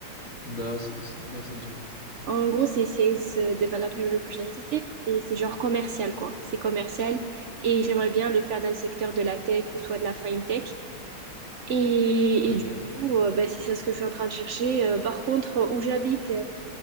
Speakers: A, on the left (about 30°); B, on the right (about 75°).
A: Non, ça- ça- non, ça me dit rien.
B: En gros, c'est Sales euh, Development Representative et c'est genre commercial, quoi. C'est commercial et j'aimerais bien le faire dans le secteur de la tech ou soit de la fintech. Et,
A: Ok,
B: et du coup, euh, bah, si c'est ça ce que je suis en train de chercher, euh, par contre, euh, où j'habite, euh,